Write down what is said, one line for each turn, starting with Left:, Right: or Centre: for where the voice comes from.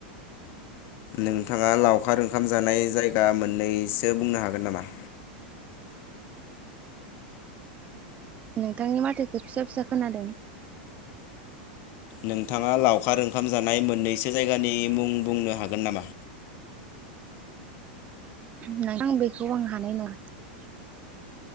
Left: नोंथाङा लावखार ओंखाम जानाय जायगा मोननैसो बुंनो हागोन नामा?
Right: नोंथांनि माथोखो फिसा फिसा खोनादों।
Left: नोंथाङा लावखार ओंखाम जानाय मोननैसो जायगानि मुं बुंनो हागोन नामा?
Right: नोंथां बेखौ आं हानाय नङा